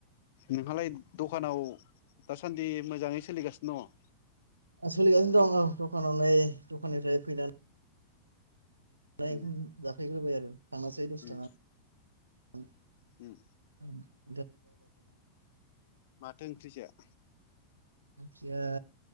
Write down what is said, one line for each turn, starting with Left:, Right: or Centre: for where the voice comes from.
Left: नोंहालाय दखानाव दासान्दि मोजाङै सोलिगासिनो दङ।
Right: सोलिगासिनो दं औ दखानाव नै दखाननिफ्राय फैनानै <unintelligible> <unintelligible> होबाय
Left: दङ
Right: आरो थांनोसै दसे
Left: उम
Right: थाना। उम
Left: उम
Right: उम
Left: माथो ओंख्रि जाया
Right: ओंख्रिया